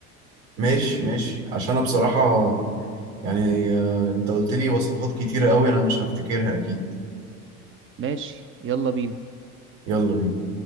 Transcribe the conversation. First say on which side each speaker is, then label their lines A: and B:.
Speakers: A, on the right; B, on the right.
A: ماشي ماشي عشان أنا بصراحة يعني آه، أنت قلت لي وصفات كتيرة قوي أنا مش هفتكرها أكيد
B: ماشي يلا بينا
A: يلا بينا